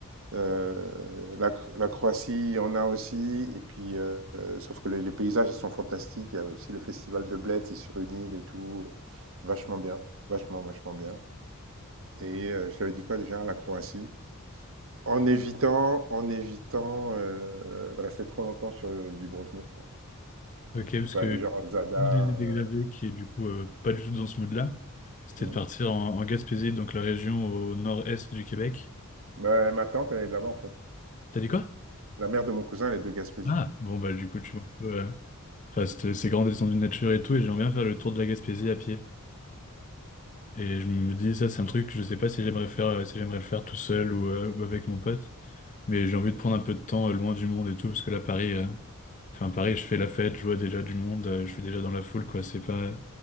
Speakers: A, on the right; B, on the left.
A: Euh, la, la Croatie, il y en a aussi. Et puis, euh, sauf que les, les paysages, ils sont fantastiques. Il y a aussi le festival de Bled, c'est sur une île et tout. euh, Vachement bien, vachement, vachement bien. Et euh, je t'avais dit quoi déjà, la Croatie? En évitant, en évitant euh, de rester trop longtemps sur euh, Dubrovnik, quoi.
B: Ok,
A: Tu
B: parce
A: peux
B: que
A: aller genre à Zadar.
B: une des idées
A: euh,
B: que j'avais, qui est du coup euh, pas du tout dans ce mood-là, c'était
A: hmm.
B: de partir en, en Gaspésie, donc la région au nord-est du Québec.
A: Bah, ma tante, elle est de là-bas, en fait.
B: T'as dit quoi?
A: La mère de mon cousin, elle est de Gaspésie.
B: Ah, bon, bah, du coup, tu vois un peu, euh, enfin, c'est c'est grand descendu de nature et tout, et j'aimerais bien faire le tour de la Gaspésie à pied. Et je me dis, ça, c'est un truc que je sais pas si j'aimerais faire, euh, si j'aimerais le faire tout seul ou, euh, ou avec mon pote. Mais j'ai envie de prendre un peu de temps, euh, loin du monde et tout, parce que là, Paris, euh, enfin, Paris, je fais la fête, je vois déjà du monde, euh, je suis déjà dans la foule, quoi. C'est pas,